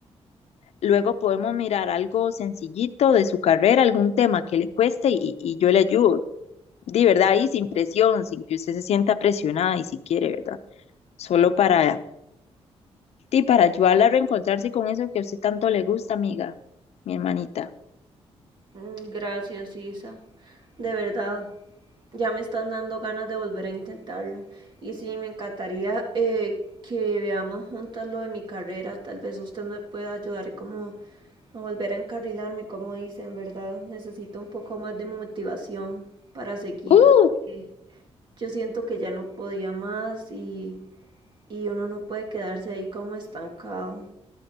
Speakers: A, on the left; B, on the right.
A: luego podemos mirar algo sencillito de su carrera, algún tema que le cueste y, y yo le ayudo. de verdad, y sin presión, sin que usted se sienta presionada y si quiere, ¿verdad? Solo para, sí, para ayudarla a reencontrarse con eso que a usted tanto le gusta, amiga, mi hermanita.
B: Mm, Gracias, Isa. De verdad, ya me están dando ganas de volver a intentarlo. Y sí, me encantaría eh, que veamos juntas lo de mi carrera. Tal vez usted me pueda ayudar como a volver a encarrilarme, como dicen, ¿verdad? Necesito un poco más de motivación para seguir.
A: ¡Uh!
B: porque Yo siento que ya no podía más y... y uno no puede quedarse ahí como estancado.